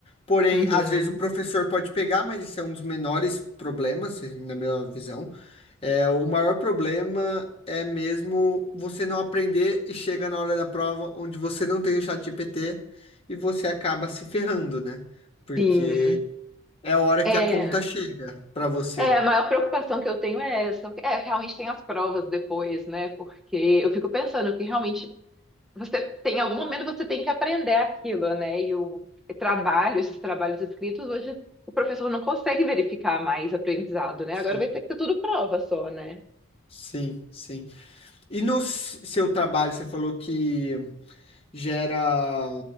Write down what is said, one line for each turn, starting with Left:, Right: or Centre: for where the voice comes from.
Left: Porém,
Centre: Uhum,
Left: às vezes o professor pode pegar, mas esse é um dos menores problemas, na minha visão. É, o maior problema é mesmo você não aprender e chega na hora da prova onde você não tem o chat GPT e você acaba se ferrando, né? Porque
Centre: sim.
Left: é a hora
Centre: É,
Left: que a conta chega para você.
Centre: é, a maior preocupação que eu tenho é essa. É, realmente tem as provas depois, né? Porque eu fico pensando que realmente você tem, em algum momento você tem que aprender aquilo, né? E o trabalho, esses trabalhos escritos, hoje o professor não consegue verificar mais aprendizado, né?
Left: Sim,
Centre: Agora vai ter que ser tudo prova só, né?
Left: sim, sim. E no s- seu trabalho, você falou que gera,